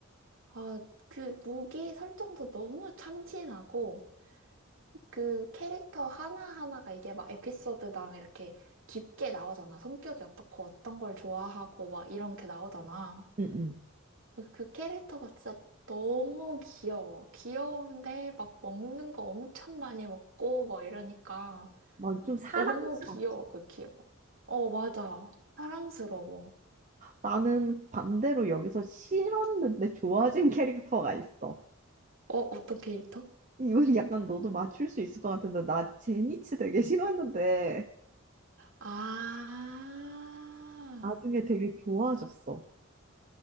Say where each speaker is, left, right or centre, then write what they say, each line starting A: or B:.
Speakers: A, on the right; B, on the right.
A: 아 그 무기 설정도 너무 참신하고 그 캐릭터 하나하나가 이제 막 에피소드당 이렇게 깊게 나오잖아. 성격이 어떻고 어떤 걸 좋아하고 막 이렇게 나오잖아.
B: 응, 응.
A: 그 그 캐릭터가 진짜 너무 귀여워. 귀여운데 막 먹는 거 엄청 많이 먹고 막 이러니까
B: 막좀 사랑스럽다.
A: 너무 귀여워, 그 귀여워. 어, 맞아. 사랑스러워.
B: 나는 반대로 여기서 싫었는데 좋아진 <laughs> 캐릭터가 있어.
A: 어, 어떤 캐릭터?
B: 이건 약간 너도 맞출 수 있을 것 같은데, 나 제니츠 되게 싫었는데,
A: 아,
B: 나중에 되게 좋아졌어.